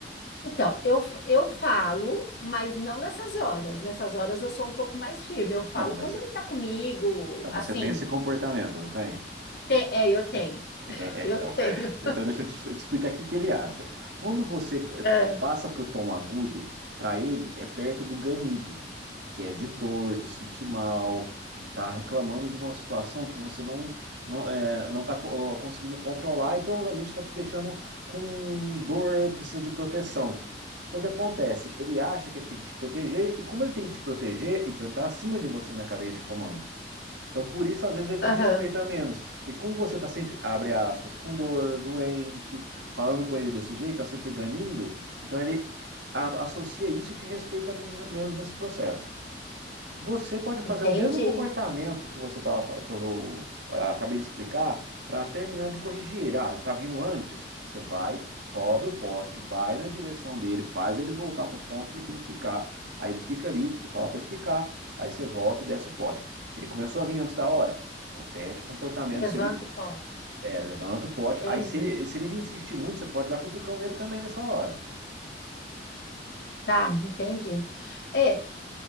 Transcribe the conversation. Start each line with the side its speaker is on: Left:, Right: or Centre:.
Left: Então, eu, eu falo, mas não nessas horas. Nessas horas eu sou um pouco mais firme. Eu falo
Right: Não, mas,
Left: quando ele tá comigo,
Right: não,
Left: assim.
Right: mas você tem esse comportamento, não tem?
Left: Tem, é, eu tenho.
Right: <laughs> É,
Left: <laughs> Eu
Right: então.
Left: tenho.
Right: Então, deixa eu te expl- explicar o que que ele acha. Quando você eh,
Left: Ah,
Right: passa para o tom agudo, para ele é perto do ganido, que é de dor, de sentir mal, de estar reclamando de uma situação que você não não é, não está conseguindo controlar e provavelmente está te deixando com dor, precisa de proteção. Então, o que acontece? Ele acha que ele tem que te proteger, e como ele tem que te proteger, então ele está acima de você na cadeia de comando. Então, por isso, às vezes, ele
Left: Aham,
Right: te respeita menos. Porque como você tá sempre, abre aspas, com dor, doente, falando com ele desse jeito, tá sempre ganindo, então ele a- associa isso e te respeita men- menos nesse processo. Você pode fazer
Left: entendi.
Right: o mesmo comportamento que você tava, que eu ah, acabei de explicar para terminar de corrigir ele. Ah, ele está vindo antes. Você vai, sobe o pote, vai na direção dele, faz ele voltar para o ponto que ele tem que ficar. Aí ele fica ali, você fala para ele ficar. Aí você volta e desce o pote. Ele começou a vir antes da hora. Repete o comportamento.
Left: Levanto,
Right: Se ele,
Left: pode.
Right: é, levanta o pote.
Left: Entendi.
Right: Aí se ele, se ele vir insistir muito, você pode dar cutucão nele também nessa hora.
Left: Tá, entendi. É,